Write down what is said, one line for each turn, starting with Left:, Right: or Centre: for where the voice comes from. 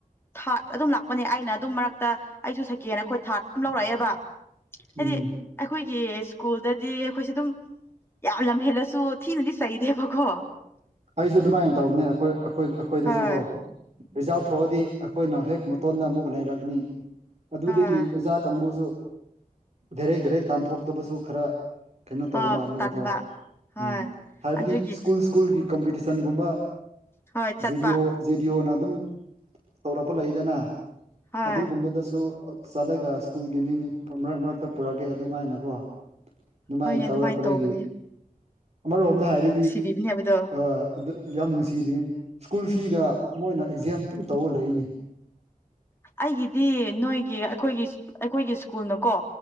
Left: ꯊꯥꯔꯠ ꯑꯗꯨꯝ ꯂꯥꯛꯄꯅꯦ ꯑꯩꯅ ꯑꯗꯨꯝ ꯃꯔꯛꯇ ꯑꯩꯁꯨ ꯁꯦꯀꯦꯟ ꯑꯩꯈꯣꯏ ꯊꯥꯔꯠ ꯌꯥꯝ ꯂꯧꯔꯛꯑꯦꯕ ꯍꯥꯏꯗꯤ
Right: ꯎꯝ
Left: ꯑꯩꯈꯣꯏꯒꯤ ꯁ꯭ꯀꯨꯜꯗꯗꯤ ꯑꯩꯈꯣꯏꯁꯦ ꯑꯗꯨꯝ ꯌꯥꯝ ꯂꯝꯍꯦꯜꯂꯁꯨ ꯊꯤꯅꯗꯤ ꯁꯩꯗꯦꯕꯀꯣ
Right: ꯑꯩꯁꯨ ꯑꯗꯨꯃꯥꯏꯅ ꯇꯧꯕꯅꯦ ꯑꯩꯈꯣꯏ ꯑꯩꯈꯣꯏ ꯑꯩꯈꯣꯏꯗꯁꯨ
Left: ꯍꯣꯏ
Right: ꯀꯣ ꯔꯤꯖꯥ ꯊꯣꯛꯑꯗꯤ ꯑꯩꯈꯣꯏꯅ ꯍꯦꯛ ꯃꯇꯣꯟꯗ ꯑꯃꯨꯛ ꯂꯩꯔꯛꯀꯅꯤ ꯑꯗꯨꯗꯒꯤ
Left: ꯍꯣꯏ
Right: ꯑꯣꯖꯥ ꯀꯥꯡꯕꯨꯁꯨ ꯦꯔꯦꯛ ꯦꯔꯦꯛ ꯇꯥꯟꯊꯣꯛꯇꯕꯁꯨ ꯈꯔ ꯀꯩꯅꯣ ꯇꯧꯕ
Left: ꯍꯣꯏ
Right: ꯃꯥꯜꯂꯕꯀꯣ
Left: ꯇꯟꯕ ꯍꯣꯏ
Right: ꯎꯝ ꯍꯥꯏꯕꯗꯤ
Left: ꯑꯗꯨꯒꯤ
Right: ꯁ꯭ꯀꯨꯜ ꯁ꯭ꯀꯨꯜꯒꯤ ꯀꯝꯄꯤꯇꯤꯁꯟꯒꯨꯝꯕ
Left: ꯍꯣꯏ ꯆꯠꯄ
Right: ꯖꯤꯦꯔꯤꯑꯣ ꯖꯦꯗꯤꯑꯣꯅ ꯑꯗꯨꯝ ꯇꯧꯔꯛꯄ ꯂꯩꯗꯅ
Left: ꯍꯣꯏ
Right: ꯑꯗꯨꯒꯨꯝꯕꯗꯁꯨ ꯆꯠꯂꯒ ꯁ꯭ꯀꯨꯜꯒꯤ ꯃꯤꯡ ꯃꯔꯛ ꯃꯔꯛꯇ ꯄꯨꯔꯛꯀꯦ ꯑꯗꯨꯃꯥꯏꯅ ꯀꯣ ꯑꯗꯨꯃꯥꯏꯅ
Left: ꯍꯣꯏꯅꯦ
Right: ꯇꯧꯔꯛꯄꯗꯒꯤ
Left: ꯇꯧꯕꯅꯦ
Right: ꯑꯃꯔꯣ ꯑꯝꯗ ꯍꯥꯏꯔꯗꯤ
Left: ꯗꯤꯕꯤꯅꯦ ꯍꯥꯏꯕꯗꯣ
Right: ꯑꯥ ꯑꯗꯨ ꯌꯥꯝ ꯅꯨꯡꯁꯤꯕꯤ ꯁ꯭ꯀꯨꯜ ꯐꯤꯒ ꯃꯣꯏꯅ ꯑꯦꯛꯖꯥꯝ ꯑꯗꯨꯝ ꯇꯧꯔ ꯂꯩꯅꯦ
Left: ꯑꯩꯒꯤꯗꯤ ꯅꯣꯏꯒꯤ ꯑꯩꯈꯣꯏꯒꯤ ꯑꯩꯈꯣꯏꯒꯤ ꯁ꯭ꯀꯨꯜꯅꯀꯣ